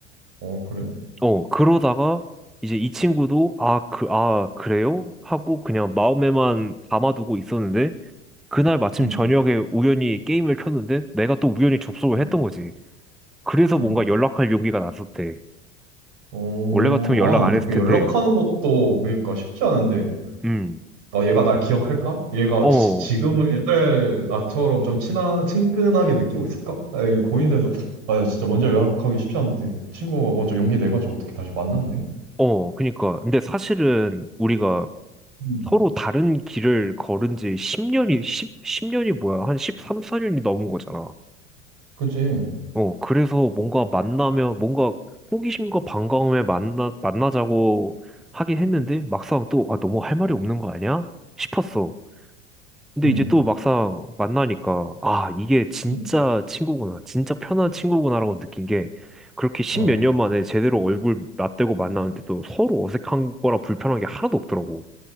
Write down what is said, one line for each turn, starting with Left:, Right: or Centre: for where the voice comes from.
Right: 어, 그래?
Centre: 어, 그러다가 이제 이 친구도 아, 그, 아, 그래요? 하고 그냥 마음에만 담아두고 있었는데 그날 마침
Right: 응,
Centre: 저녁에 우연히 게임을 켰는데 내가 또 우연히 접속을
Right: 음.
Centre: 했던 거지. 그래서
Right: 응.
Centre: 뭔가
Right: 응.
Centre: 연락할 용기가 났었대.
Right: 어,
Centre: 원래 같으면 연락
Right: 아, 근데
Centre: 안 했을
Right: 그
Centre: 텐데,
Right: 연락하는 것도 그러니까 쉽지 않은데.
Centre: 음,
Right: 아, 얘가 날 기억할까? 얘가
Centre: 어,
Right: 지금을 옛날 나처럼 좀 친하, 친근하게 느끼고 있을까? 아, 이게 고민돼서. 아, 진짜 먼저 연락하기 쉽지 않은데. 친구가 먼저 용기 내가지고 어떻게 다시 만났네?
Centre: 어, 그니까. 근데 사실은 우리가
Right: 응,
Centre: 서로 다른 길을 걸은 지 10년이, 10, 10년이 뭐야? 한 13, 14년이 넘은 거잖아.
Right: 그지?
Centre: 어, 그래서 뭔가 만나면, 뭔가 호기심과 반가움에 만나, 만나자고 하긴 했는데, 막상 또, 아, 너무 할 말이 없는 거 아니야? 싶었어. 근데
Right: 응,
Centre: 이제 또 막상 만나니까, 아, 이게 진짜
Right: 응
Centre: 친구구나. 진짜 편한 친구구나라고 느낀 게, 그렇게 십몇
Right: 어,
Centre: 년 만에 제대로 얼굴 맞대고 만나는데도 서로 어색한 거라 불편한 게 하나도 없더라고.